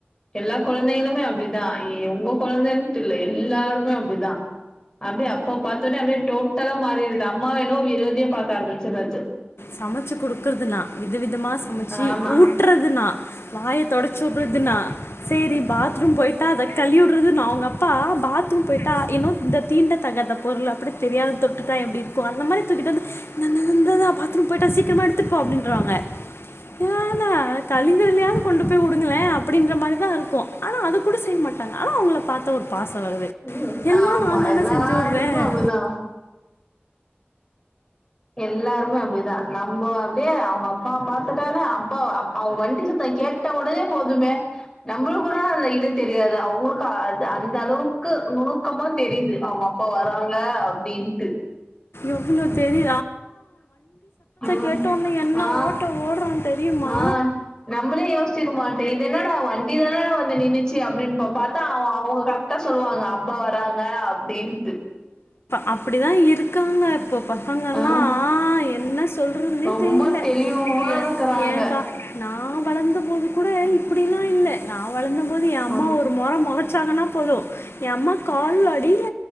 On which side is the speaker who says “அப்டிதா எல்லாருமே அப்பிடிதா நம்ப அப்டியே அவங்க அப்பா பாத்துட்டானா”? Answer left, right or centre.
Left